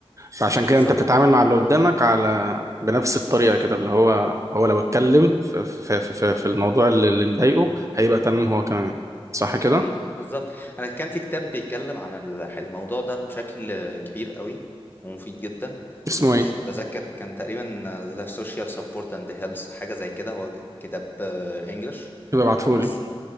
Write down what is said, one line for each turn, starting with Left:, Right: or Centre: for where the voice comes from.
Right: فعشان كده
Left: بالظبط
Right: انت بتتعامل مع اللي قدامك على بنفس الطريقه كده اللي هو هو لو اتكلم في في في في الموضوع اللي اللي مضايقه هيبقى تمام هو كمان صح كده
Left: مم. بالظبط انا كان في كتاب بيتكلم عن الح- الموضوع ده بشكل كبير قوي ومفيد جدا
Right: اسمه
Left: انا
Right: ايه
Left: مش متذكر كان تقريبا The Social Support and the Health حاجه زي كده هو كتاب آه، انجلش
Right: يبقى ابعتهولي
Left: بس